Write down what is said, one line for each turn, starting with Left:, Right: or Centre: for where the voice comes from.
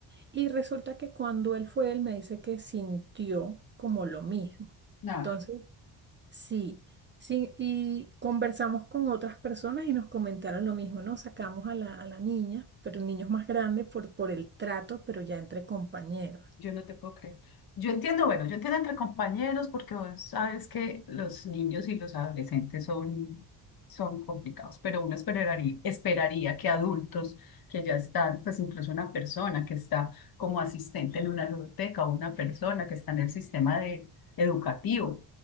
Right: Y resulta que cuando él fue, él me dice que sintió como lo mismo.
Left: nada.
Right: Entonces, sí, sí, y conversamos con otras personas y nos comentaron lo mismo, ¿no? Sacamos a la, a la niña, pero el niño es más grande por, por el trato, pero ya entre compañeros.
Left: Yo no te puedo creer. Yo entiendo, bueno, yo entiendo entre compañeros porque vos sabes que los niños y los adolescentes son, son complicados, pero uno esperaría, esperaría que adultos que ya están, pues incluso una persona que está como asistente en una ludoteca o una persona que está en el sistema de, educativo,